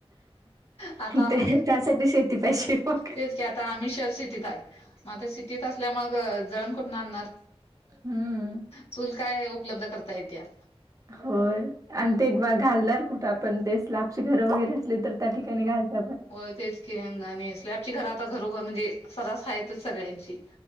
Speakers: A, on the left; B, on the right.
A: आ आप
B: ते त्यासाठी शेती पाहिजे मग.
A: तेच क आता आम्ही शहर सिटीत आहे मग सिटीत मग जळ कुठ आणणार
B: हम्म
A: चूल काय उपलब्ध करताय त्या
B: होय आणि ते एक बा घालणार कुठं आपण ते आपची घरं वगैरे असले तर त्या ठिकाणी घालत
A: हो तेच की अंगाने स्लॅबची घर आता घरोघर म्हणजे सरस आहेतच सगळ्यांची